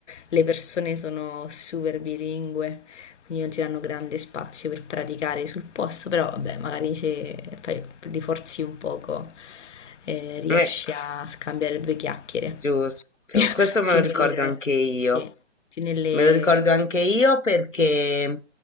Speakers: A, on the left (about 70°); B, on the left (about 85°).
A: le persone sono super bilingue quindi non ti danno grande spazio per praticare sul posto, però vabbè, magari se fai, ti forzi un poco eh, riesci
B: Eh.
A: a scambiare due chiacchiere,
B: Giusto,
A: <laughs>
B: questo me
A: più
B: lo
A: nelle...
B: ricordo anche io.
A: sì, più nelle...
B: Me lo ricordo anche io perché